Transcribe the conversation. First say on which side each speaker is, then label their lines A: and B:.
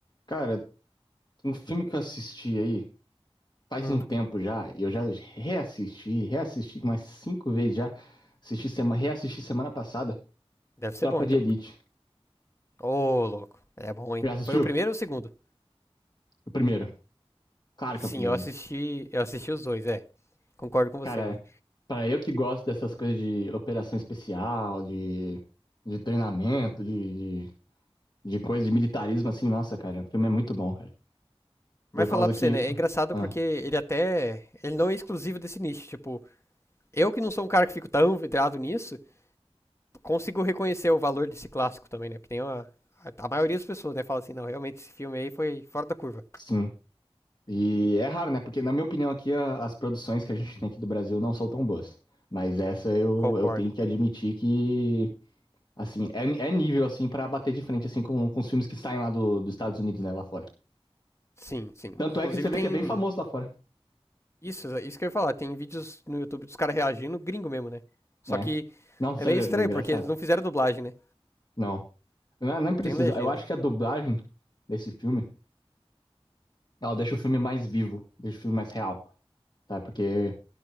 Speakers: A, on the left; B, on the left.
A: Cara, um filme que eu assisti aí faz
B: Hum,
A: um tempo já, e eu já reassisti, reassisti umas cinco vezes já. Assisti sema, reassisti semana passada,
B: deve ser
A: Tropa
B: bom então.
A: de Elite.
B: Ô, louco. É bom, hein?
A: Já assistiu?
B: Foi o primeiro ou o segundo?
A: O primeiro. Claro
B: Sim,
A: que é o primeiro,
B: eu assisti,
A: né?
B: eu assisti os dois, é. Concordo com você,
A: Cara,
B: mano.
A: para eu que gosto dessas coisas de operação especial, de, de treinamento, de, de, de coisa de militarismo assim, nossa, cara, o filme é muito bom, cara.
B: Mas
A: Por causa
B: falar pra
A: que.
B: você, né? É engraçado
A: Ah,
B: porque ele até. Ele não é exclusivo desse nicho. Tipo, eu que não sou um cara que fico tão vidrado nisso, consigo reconhecer o valor desse clássico também, né? Porque tem uma. A maioria das pessoas, né, fala assim, não, realmente esse filme aí foi fora da curva.
A: sim. E é raro, né? Porque, na minha opinião, aqui a- as produções que a gente tem aqui do Brasil não são tão boas. Mas essa eu,
B: Concordo.
A: eu tenho que admitir que, assim, é, é nível, assim, pra bater de frente, assim, com, com os filmes que saem lá do, dos Estados Unidos, né? Lá fora.
B: Sim, sim.
A: Tanto
B: Inclusive
A: é que você vê
B: tem
A: que é bem famoso lá fora,
B: Isso, isso que eu ia falar. Tem vídeos no YouTube dos caras reagindo, gringo mesmo, né? Só
A: né?
B: que
A: Não, sério,
B: é meio estranho,
A: é engraçado.
B: porque eles não fizeram dublagem, né?
A: Não. Não, não precisa.
B: Tem legenda.
A: Eu acho que a dublagem desse filme, ela deixa o filme mais vivo, deixa o filme mais real, sabe? Porque